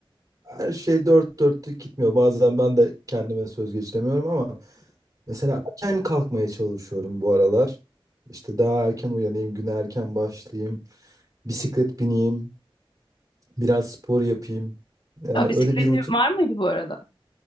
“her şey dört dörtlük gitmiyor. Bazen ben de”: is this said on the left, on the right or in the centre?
Right